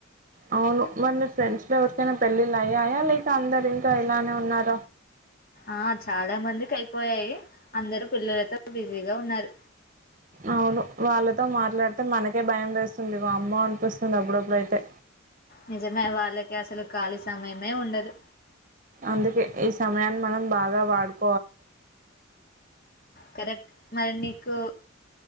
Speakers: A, on the right; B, on the left.
A: అవును మరీ మీ ఫ్రెండ్స్ లో ఎవరికైనా పెళ్ళిల్లు అయ్యాయా లేక అందరు ఇంకా ఇలానే ఉన్నార
B: ఆ చాలా మంది కయిపోయాయి అందరూ పిల్లలతో బిజీగా ఉన్నారు.
A: అవును వాళ్ళతో మాట్లాడితే మనకే భయం వేస్తుంది వామ్మో అనిపిస్తుంది అప్పుడప్పుడైతే
B: నిజమే వాళ్ళకి అసలు ఖాళీ సమయమే ఉండదు.
A: అందుకే ఈ సమయాన్ని మనం బాగా వాడుకో
B: కరెక్ట్ మరి నీకు